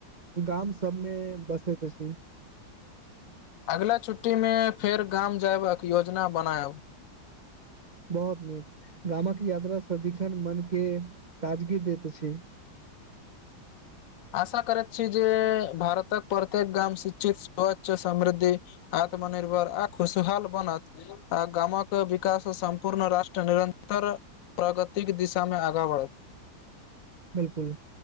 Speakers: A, on the right; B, on the left.
A: गाम सबमे बसैत अछि।
B: अगिला छुट्टी मे फेर गाम जायबाक योजना बनायब।
A: बहुत नीक गामक यात्रा सदिखन मन के ताजगी देैत अछि।
B: आशा करैत छी जे भारतक प्रत्येक गाम शिक्षित स्वच्छ समृद्धि। आत्मनिर्भर आ खुशहाल बनत आ गामक विकास संपूर्ण राष्ट्र निरंतर प्रगतिक दिशा मे आगाँ बढ़त
A: बिल्कुल